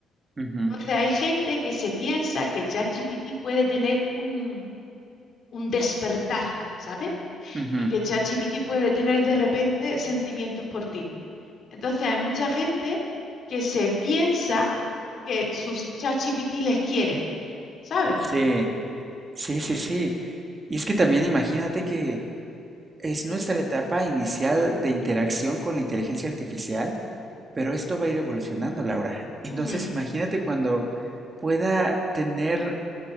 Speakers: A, on the right (about 35°); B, on the left (about 55°).
A: Ujú,
B: Entonces hay gente que se piensa que ChatGPT puede tener un, un despertar, ¿sabes?
A: ujú.
B: Y que ChatGPT puede tener de repente sentimientos por ti. Entonces hay mucha gente que se piensa que sus ChatGPT les quieren, ¿sabes?
A: Sí, sí, sí, sí. Y es que también imagínate que es nuestra etapa inicial de interacción con la inteligencia artificial. Pero esto va a ir evolucionando, Laura. Entonces,
B: Ujú,
A: imagínate cuando pueda tener